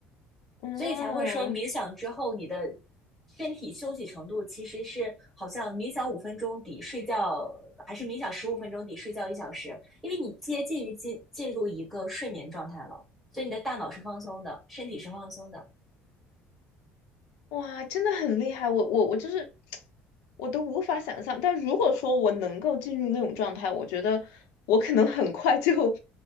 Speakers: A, on the left; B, in the centre.
A: 嗯，
B: 所以才会说冥想之后你的身体休息程度其实是好像冥想五分钟抵睡觉，还是冥想十五分钟抵睡觉一小时，因为你接近于进进入一个睡眠状态了，所以你的大脑是放松的，身体是放松的，
A: 哇，真的很厉害！我我我就是我都无法想象。但如果说我能够进入那种状态，我觉得我可能很快就